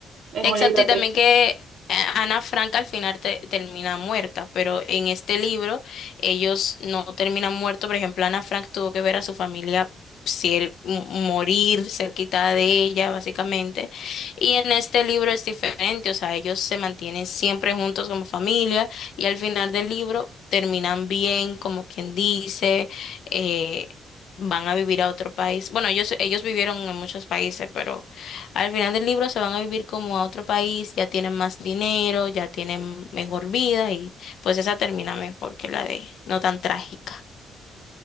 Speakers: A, on the right; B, on the left.
A: Es
B: Exacto,
A: un libro
B: y
A: triste.
B: también que eh, Ana Frank al final te- termina muerta, pero en este libro ellos no terminan muertos. Por ejemplo, Ana Frank tuvo que ver a su familia ser- m- morir cerquita de ella, básicamente. Y en este libro es diferente, o sea, ellos se mantienen siempre juntos como familia y al final del libro terminan bien, como quien dice, eh, van a vivir a otro país. Bueno, ellos, ellos vivieron en muchos países, pero al final del libro se van a vivir como a otro país, ya tienen más dinero, ya tienen mejor vida y pues esa termina mejor que la de no tan trágica.